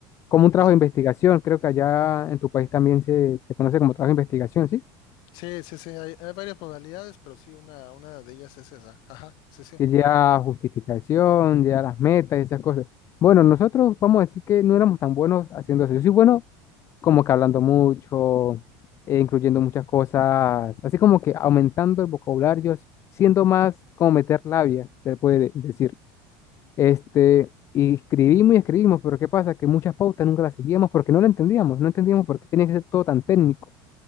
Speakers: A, on the left; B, on the left.
A: Como un trabajo
B: Ajá.
A: de investigación, creo que allá en tu país también se, se conoce como trabajo de investigación, ¿sí?
B: Sí, sí, sí, hay, hay varias modalidades, pero sí, una, una de ellas es esa. Ajá, sí, sí.
A: que lleva justificación, lleva las metas y esas cosas. Bueno, nosotros vamos a decir que no éramos tan buenos haciendo eso. Yo soy bueno como que hablando mucho, eh, incluyendo muchas cosas, así como que aumentando el vocabulario, s- siendo más como meter labia, se puede decir. Este, y escribimos y escribimos, pero ¿qué pasa? Que muchas pautas nunca las seguíamos porque no la entendíamos, no entendíamos por qué tenía que ser todo tan técnico